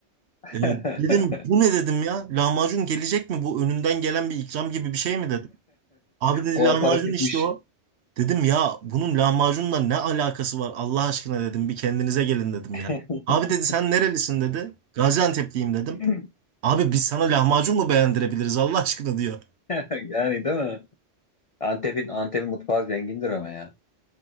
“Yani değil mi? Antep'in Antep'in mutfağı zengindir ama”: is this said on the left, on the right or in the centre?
Left